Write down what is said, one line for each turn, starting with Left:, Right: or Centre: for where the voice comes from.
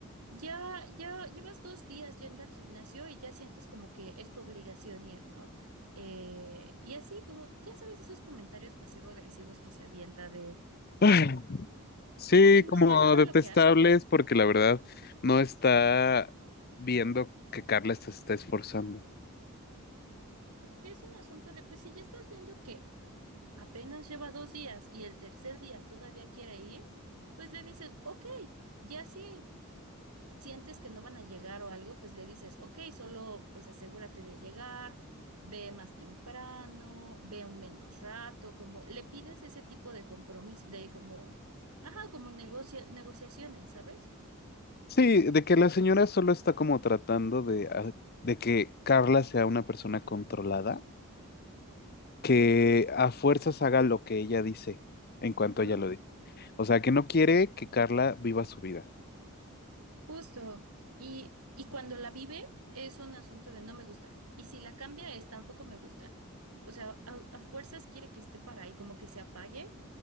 Right: ya, ya llevas dos días yendo al gimnasio y ya sientes como que es tu obligación ir, ¿no? Eh, y así como, ya sabes, esos comentarios pasivo-agresivos que se avienta de,
Left: Ay, Sí,
Right: como que no
Left: como
Right: valora
Left: detestables
Right: lo que hace.
Left: porque la verdad no está viendo que Carla se está esforzando.
Right: que es un asunto de, pues si ya estás viendo que apenas lleva dos días y el tercer día todavía quiere ir, pues le dices, ok, ya si sientes que no van a llegar o algo, pues le dices, ok, solo pues asegúrate de llegar, ve más temprano, ve un menos rato, como le pides ese tipo de compromiso, de como, ajá, como negocia- negociaciones, ¿sabes?
Left: Sí, de que la señora solo está como tratando de, a- de que Carla sea una persona controlada, que a fuerzas haga lo que ella dice en cuanto
Right: Ujú.
Left: ella lo dice. O sea, que no quiere que Carla viva su vida.
Right: Justo. Y, y cuando la vive es un asunto de no me gusta. Y si la cambia es tampoco me gusta. O sea, a, a fuerzas quiere que esté para ahí, como que se apague